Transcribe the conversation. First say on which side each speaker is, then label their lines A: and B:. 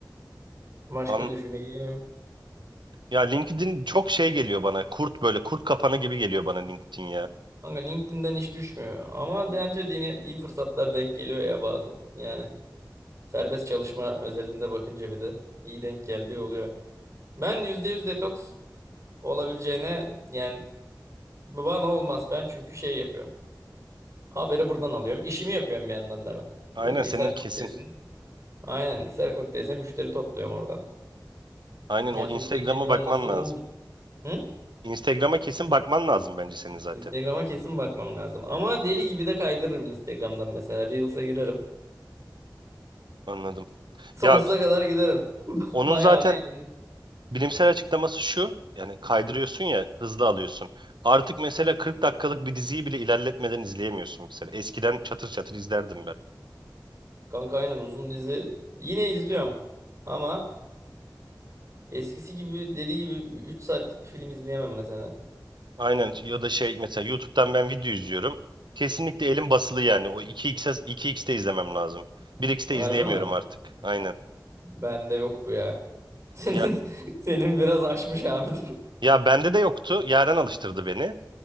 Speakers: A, on the right; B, on the right.
A: Başka
B: An
A: düşüneyim.
B: ya LinkedIn çok şey geliyor bana. Kurt böyle kurt kapanı gibi geliyor bana LinkedIn ya.
A: Ama LinkedIn'den iş düşmüyor. Ama bence de yine iyi fırsatlar denk geliyor ya bazı. Yani serbest çalışma özelinde bakınca bir de iyi denk geldiği oluyor. Ben %100 detoks olabileceğine yani bana olmaz. Ben çünkü şey yapıyorum. Haberi buradan alıyorum. İşimi yapıyorum bir yandan da ben.
B: Aynen
A: Bu Hisar
B: senin
A: Kokteys'in.
B: kesin.
A: Aynen Hisar Kokteys'e müşteri topluyorum oradan.
B: Aynen o
A: Yani
B: Instagram'a
A: sosyal medya
B: bakman
A: olmazsa olmuyor.
B: lazım.
A: Hı?
B: Instagram'a kesin bakman lazım bence senin zaten.
A: Instagram'a kesin bakmam lazım. Ama deli gibi de kaydırırım Instagram'dan mesela. Reels'a girerim.
B: Anladım.
A: Sonsuza
B: Ya
A: kadar giderim. <laughs>
B: onun
A: Bayağı
B: zaten
A: da eğlenirim.
B: bilimsel açıklaması şu. Yani kaydırıyorsun ya hızlı alıyorsun. Artık mesela 40 dakikalık bir diziyi bile ilerletmeden izleyemiyorsun mesela. Eskiden çatır çatır izlerdim ben.
A: Kanka aynen uzun dizi. Yine izliyorum. Ama eskisi gibi deli gibi 3 saatlik bir film izleyemem mesela.
B: Aynen ya da şey mesela YouTube'dan ben video izliyorum. Kesinlikle elim basılı yani. O 2x'e 2x'te izlemem lazım. 1x'te
A: Harbi
B: izleyemiyorum
A: mi?
B: artık. Aynen.
A: Bende yok bu ya. <laughs> Senin
B: Ya
A: senin biraz aşmış abi dur.
B: ya bende de yoktu. Yaren alıştırdı beni.